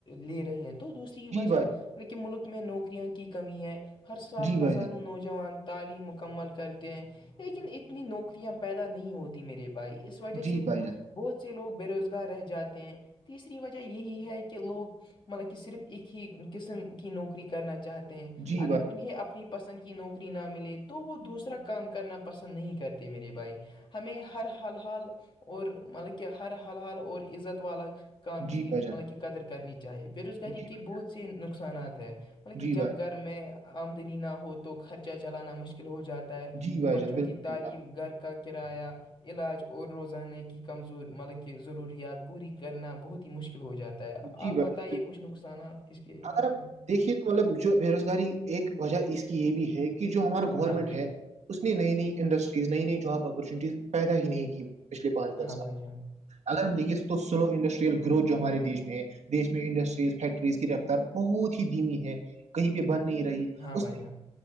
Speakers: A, on the left; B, on the right.
A: لے رہے ہیں تو دوسری
B: جی
A: وجہ
B: بھائی
A: لیکن ملک میں نوکریاں کی کمی ہے ہر سال
B: جی بھائی
A: ہزاروں
B: جان
A: نوجوان تعلیم مکمل کرتے ہیں لیکن اتنی نوکریاں پیدا نہیں ہوت میرے بھائی اس وجہ
B: جی
A: سے
B: بھائی جان
A: بہت سے لوگ بے روزگار رہ جاتے ہیں تیسری وجہ یہی ہے کہ لوگ مطلب کہ صرف ایک ہی قسم کی نوکری کرنا چاہتے ہیں
B: جی
A: اگر
B: بھائی
A: انہیں اپنی پسند کی نوکری نہ ملے تو وہ دوسرا کام کرنا پسند نہیں کرتے میرے بھائی ہمیں ہر حال حال اور مطلب کہ ہر حال حال اور عزت والا کام
B: جی
A: کی
B: بھائی
A: مطلب
B: جان
A: کی قدر کرنی چاہی بے روزگاری
B: جی بھائی
A: کے
B: جان
A: بہت سے نقصانات ہیں مطلب کہ
B: جی بھائی
A: جب گھر میں آمدنی نہ ہو تو خرچہ چلانا مشکل ہو جاتا ہے
B: جی بھائی
A: بچوں
B: جان بالکل
A: کی تعلیم
B: صحیح بات
A: گھر کا کرایہ علاج اور روزانے کی کمزور ملک ضروریات پوری کرنا بہت ہی مشکل ہو جاتا ہے بتا
B: جی
A: آپ
B: بھائی
A: بتائیے کچھ نقصانات اس کے بارے
B: اگر آپ
A: میں
B: دیکھیے تو مطلب جو بے روزگاری ایک وجہ اس کی یہ بھی ہے کہ جو ہمارا گورنمنٹ
A: ہاں بھائی
B: ہے
A: جان
B: اس نے نئی نئی انڈسٹریز نئی نئی جاب اپارچونیٹیز پیدا ہی نہیں کی پچھلے پانچ در
A: ہاں
B: سال
A: بھائی جان
B: اگر ہم دیکے تو سلو انڈسٹریل گروھ جو ہمارے دیش میں میں دیش میں انڈسٹریز فیکٹریز کی رفتار بہت ہی دھیمی ہے کہیں پہ بند نہیں رہی
A: ہاں
B: اس
A: بھائی جان